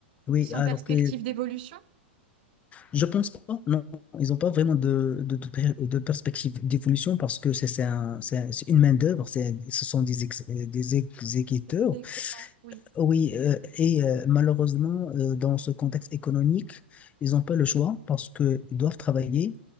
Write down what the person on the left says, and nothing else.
Oui,
alors
que
je pense pas. Non, ils n'ont pas vraiment de, de, de, per- de perspective d'évolution parce que c'est c'est un, c'est un- c'est une main-d'œuvre, c'est- ce sont des, ex- des exécuteurs.
Oui, euh, et euh, malheureusement, euh, dans ce contexte économique, ils n'ont pas le choix parce qu'ils doivent travailler